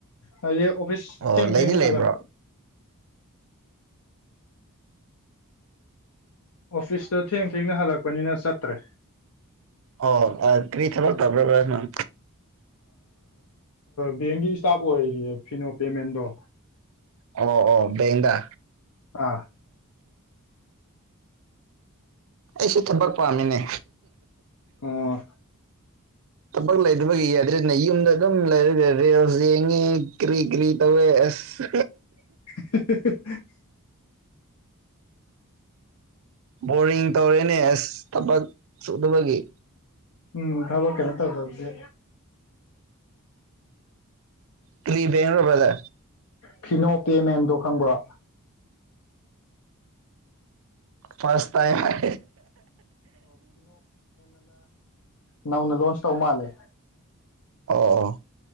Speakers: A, on the left; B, on the right.
A: ꯍꯥꯏꯗꯤ ꯑꫭꯞ ꯍꯨꯁ
B: ꯑꯣ
A: ꯊꯦꯡ
B: ꯂꯩꯗꯤ
A: ꯊꯦꯡꯅ
B: ꯂꯩꯕ꯭ꯔꯣ
A: ꯍꯥꯜꯂꯛ ꯑꯣꯐꯤꯁꯇꯣ ꯊꯦꯡ ꯊꯦꯡꯅ ꯍꯜꯂꯛꯄꯅꯤꯅ ꯆꯠꯇ꯭ꯔꯦ
B: ꯑꯣ ꯑꯥ ꯀꯔꯤ ꯊꯕꯛ ꯇꯧꯕ꯭ꯔꯥ ꯕꯔ ꯅꯪ
A: ꯕꯦꯡꯒꯤ ꯏꯁꯇꯥꯞ ꯑꯣꯏꯔꯤꯌꯦ ꯐꯤꯅꯣ ꯄꯦꯃꯦꯟꯗꯣ
B: ꯑꯣ ꯑꯣ ꯕꯦꯡꯗꯥ
A: ꯑ <unintelligible>
B: ꯑꯩꯁꯨ ꯊꯕꯛ ꯄꯥꯝꯃꯤꯅꯦ
A: ꯑꯣ
B: ꯊꯥꯕꯛ ꯂꯩꯇꯕꯒꯤ ꯌꯦꯗ꯭ꯔꯦꯅ ꯅ ꯌꯨꯝꯗ ꯑꯗꯨꯝ ꯂꯩꯔꯒ ꯔꯦꯜꯁ ꯌꯦꯡꯉꯤ ꯀꯔꯤ ꯀꯔꯤ ꯇꯧꯕꯋꯥꯏ ꯑꯁ
A: <unintelligible>
B: ꯕꯣꯔꯤꯡ ꯇꯧꯔꯦꯅꯦ ꯑꯁ ꯊꯕꯛ ꯁꯨꯗꯕꯒꯤ꯫
A: ꯎꯝ ꯊꯕꯛ ꯀꯩꯅꫭ ꯇꯧꯗꯕꯁꯦ
B: ꯀꯔꯤꯕꯅꯕꯗ
A: ꯐꯤꯅꯣ ꯀꯦꯃꯦꯟꯗꯣ ꯈꯪꯕ꯭ꯔꯣ
B: ꯐꯁ ꯇꯥꯏꯝ ꯍꯥꯏ
A: ꯅꯎꯅ ꯂꯣꯟꯁ ꯇꯧ ꯃꯥꯂꯦ
B: ꯑꯣ ꯑꯣ